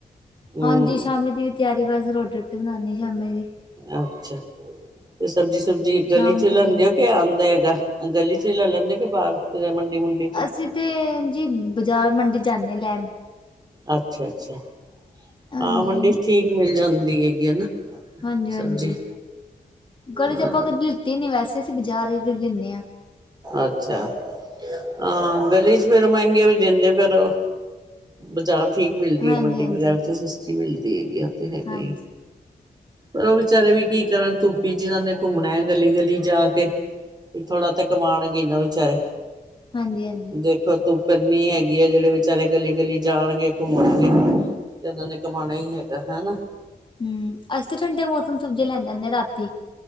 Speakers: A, on the right; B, on the left.
A: ਹਮ
B: ਹਾਂਜੀ ਸ਼ਾਮੀ ਦੀ ਵੀ ਤਿਆਰੀ ਬਸ ਰੋਟੀ, ਰੋਟੀ ਬਣਾਉਾਨਣੀ ਸ਼ਾਮੀ ਦੀ।
A: ਅੱਛਾ ਤੇ ਸਬਜ਼ੀ ਸੁਬਜੀ
B: ਸ਼ਾਮ
A: ਗਲੀ ਚ ਲਾਉਦੇ
B: ਦੀ ਵੀ
A: ਔ ਕੇ ਆਉਂਦਾ ਹੈਗਾ। ਗਲੀ ਚ ਵੀ ਲੈ ਲੈਂਦੇ ਕਿ ਬਾਹਰ ਫ ਮੰਡੀ ਮੁੰਡੀ ਚ,
B: ਅਸੀਂ ਤੇ ਜੀ ਬਾਜ਼ਾਰ ਮੰਡੀ ਜਾਂਦੇ ਲੈਣ,
A: ਅੱਛਾ, ਅੱਛਾ,
B: ਹਾਂਜੀ
A: ਹਾਂ ਮੰਡੀ ਠੀਕ ਮਿਲ ਜਾਂਦੀ ਹੈਗੀ, ਹਨਾ
B: ਹਾਂਜੀ ਹਾਂਜੀ
A: ਸਬਜ਼ੀ,
B: ਗਲੀ
A: ਹਾਂ
B: ਚ ਆਪਾਂ ਕਦੇ ਲਿੱਤੀ ਨੀ ਵੈਸੇ ਅਸੀਂ ਬਜ਼ਾਰ ਲੈਂਦੇ ਹਾਂ।
A: ਅੱਛਾ ਅਹ ਗਲੀ ਚ ਫੇਰ ਮਹਿੰਗੇ ਵੀ ਦਿੰਦੇ ਫਿਰ, ਬਾਜ਼ਾਰ ਠੀਕ ਮਿਲਦੀ
B: ਹਾਂਜੀ
A: ਹੈ, ਮੰਡੀ
B: ਹਾਂਜੀ
A: ਵਗੈਰਾ ਤੇ ਸਸਤੀ ਮਿਲਦੀ ਹੈਗੀ ਆ ਤੇ ਹੈਗੇ
B: ਹਾਂਜੀ
A: ਹੀ ਪਰ ਉਹ ਵਿਚਾਰੇ ਵੀ ਕੀ ਕਰਨ ਧੂਪੀ ਜਿਨਾਂ ਨੇ ਘੁੰਮਣਾ ਹੈ, ਗਲੀ ਗਲੀ ਜਾ ਕੇ ਵੀ ਥੋ ਨਾ ਤੇ ਕਮਾਉਣਗੇ ਨਾ ਵਿਚਾਰੇ
B: ਹਾਂਜੀ ਹਾਂਜੀ
A: ਦੇਖੋ ਤੂੰ, ਪੰਨੀ ਹੈਗੀ ਹੈ, ਜਿਹੜੇ ਵਿਚਾਰੇ ਗਲੀ ਗਲੀ ਜਾਣਗੇ। ਘ ਮੁੜ ਕੇ ਤੇ ਉਹਨਾਂ ਨੇ ਕਮਾਉਣਾ ਹੀ ਹੈਗਾ ਹਨਾ।
B: ਹੂੰ, ਅਸੀਂ ਤਾਂ ਠੰਡੇ ਮੌਸਮ ਸਬਜ਼ੀਆਂ ਲੈਣ ਜਾਂਦੇ ਹਾਂ ਰਾਤੀ।